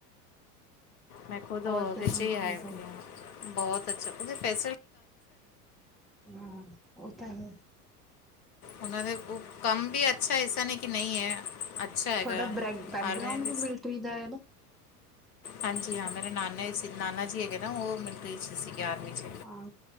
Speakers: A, on the left (about 65°); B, in the centre.
A: ਮੈਂ ਖੁਦ
B: ਫੌਜ
A: ਉਹਦੇ
B: ਦਾ ਚੰਗਾ
A: ਚ' ਹੀ ਆਏ
B: ਹੁੰਦਾ ਹੈ
A: ਬਹੁਤ ਅੱਛਾ ਪਤਾ ਫੈ
B: ਹਾਂ ਉਹ ਤਾਂ ਹੈ।
A: ਉਹਨਾ ਦੇ ਕੰਮ ਵੀ ਅੱਛਾ ਐਸਾ ਨਹੀ ਕਿ ਨਹੀ ਹੈ। ਅਛਾ ਹੈਗਾ
B: ਤੁਹਾਡਾ ਬੈਕ ਬੈਕਗਰਾਊਂਡ
A: ਆਰਮੀ ਡੀ
B: ਵੀ ਮਿਲਟਰੀ ਦਾ ਹੈ ਨਾ
A: ਹਾਂਜੀ ਹਾਂ ਮੇਰੇ ਨਾਨਾ ਸੀ ਨਾਨਾ ਜੀ ਹੈਗੇ ਨਾ ਉਹ ਮਿਲਟਰੀ ਵਿੱਚ ਸੀਗੇ। ਆਰਮੀ 'ਚ
B: ਹਾਂ